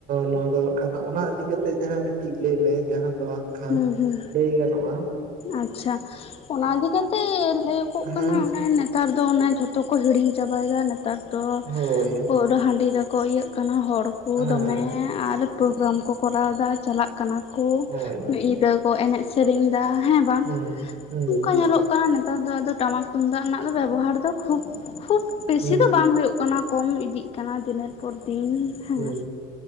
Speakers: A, on the right; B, on the left.
A: ᱱᱚᱣᱟ ᱫᱚ ᱠᱷᱟᱱ ᱚᱱᱟ ᱤᱫᱤ ᱠᱟᱛᱮᱪ ᱡᱟᱦᱟᱸ ᱢᱤᱫᱴᱤᱡ ᱞᱟᱹᱭ ᱢᱮ ᱡᱟᱦᱟᱸ ᱫᱚ ᱠᱷᱟᱱ
B: ᱦᱩᱸ ᱦᱩᱸ
A: ᱞᱟᱹᱭ ᱜᱟᱱᱚᱜ-ᱟ
B: ᱟᱪᱪᱷᱟ ᱚᱱᱟ ᱤᱫᱤ ᱠᱟᱛᱮ ᱞᱟᱹᱭᱠᱚᱜ
A: ᱦᱮᱸ
B: ᱠᱟᱱᱟ ᱮ ᱱᱮᱛᱟᱨ ᱫᱚ ᱚᱱᱮ ᱡᱷᱚᱛᱚ ᱠᱚ ᱦᱤᱲᱤᱧ ᱪᱟᱵᱟᱭ ᱫᱟ ᱱᱮᱛᱟᱨ ᱫᱚ
A: ᱦᱳᱭ
B: ᱯᱟᱹᱨ ᱦᱟᱺᱰᱤ ᱨᱮᱠᱚ ᱤᱭᱟᱹᱜ ᱠᱟᱱᱟ ᱦᱚᱲ ᱠᱚ
A: ᱦᱮᱸ
B: ᱫᱚᱢᱮ ᱟᱨ ᱯᱨᱳᱜᱨᱟᱢ ᱠᱚ ᱠᱚᱨᱟᱣ ᱫᱟ ᱪᱟᱞᱟᱜ ᱠᱟᱱᱟ ᱠᱚ
A: ᱦᱳᱭ
B: ᱢᱤᱫ ᱧᱤᱫᱟᱹ ᱠᱚ ᱮᱱᱮᱡ ᱥᱮᱨᱮᱧ ᱫᱟ ᱦᱮᱸ ᱵᱟᱝ
A: ᱦᱩᱸ ᱦᱩᱸ
B: ᱚᱱᱠᱟ ᱧᱮᱞᱚᱜ ᱠᱟᱱᱟ ᱱᱮᱛᱟᱨ ᱫᱚ ᱟᱫᱚ ᱴᱟᱢᱟᱠ ᱛᱩᱢᱫᱟᱜ ᱨᱮᱱᱟᱜ ᱫᱚ ᱵᱮᱵᱚᱦᱟᱨ ᱫᱚ ᱠᱷᱩᱵ ᱠᱷᱩᱵ ᱵᱮᱥᱤ
A: ᱦᱩᱸ
B: ᱫᱚ ᱵᱟᱝ ᱦᱩᱭᱩᱜ ᱠᱟᱱᱟ ᱠᱚᱢ ᱤᱫᱤᱜ ᱠᱟᱱᱟ ᱫᱤᱱᱮᱨ ᱯᱚᱨ ᱫᱤᱱ ᱦᱮᱸ
A: ᱦᱩᱸ